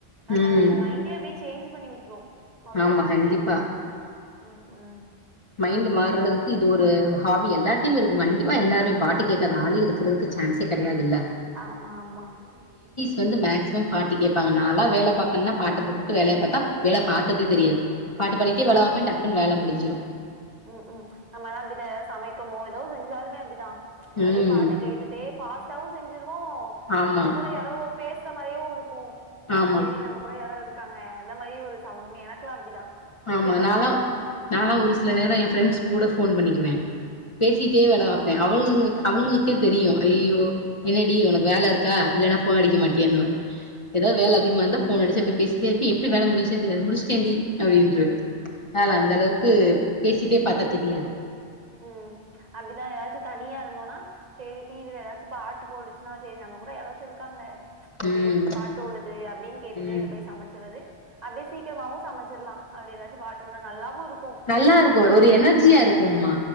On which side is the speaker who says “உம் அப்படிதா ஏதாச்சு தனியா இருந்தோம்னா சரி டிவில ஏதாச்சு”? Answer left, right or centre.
Right